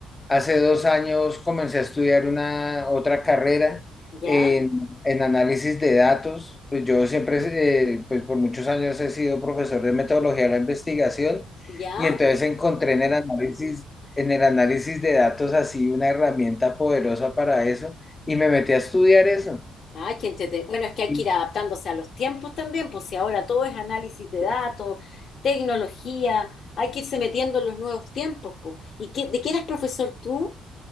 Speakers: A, on the left; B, on the left.
A: Hace dos años comencé a estudiar una otra carrera
B: ¿Ya?
A: en, en análisis de datos. Pues yo siempre, eh, pues por muchos años he sido profesor de metodología de la investigación
B: ¿Ya?
A: y entonces encontré en el análisis, en el análisis de datos así una herramienta poderosa para eso y me metí a estudiar eso.
B: Ay, qué entrete- Bueno, es que hay
A: Y
B: que ir adaptándose a los tiempos también, pues si ahora todo es análisis de datos, tecnología, hay que irse metiendo en los nuevos tiempos, pues. ¿Y qué, de qué eras profesor tú?